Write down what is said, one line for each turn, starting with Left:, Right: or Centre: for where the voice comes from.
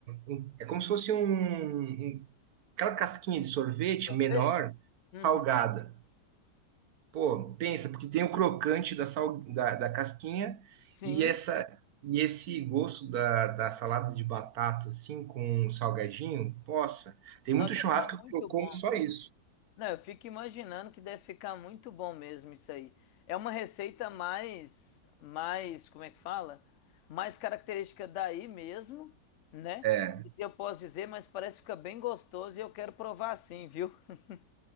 Right: um- é como se fosse um, um- aquela casquinha de sorvete
Left: De sorvete?
Right: menor,
Left: Uhum.
Right: salgada. Pô, pensa, porque tem o crocante da, sal, da, da casquinha
Left: Sim.
Right: e essa e esse gosto da, da salada de batata, assim, com um salgadinho, possa. Tem
Left: Nota
Right: muito
Left: deve
Right: churrasco
Left: ficar muito
Right: que eu como
Left: bom.
Right: só isso.
Left: Não, eu fico imaginando que deve ficar muito bom mesmo isso aí. É uma receita mais, mais, como é que fala? Mais característica daí mesmo, né?
Right: É,
Left: Isso eu posso dizer, mas parece que fica bem gostoso e eu quero provar sim, viu? <laughs>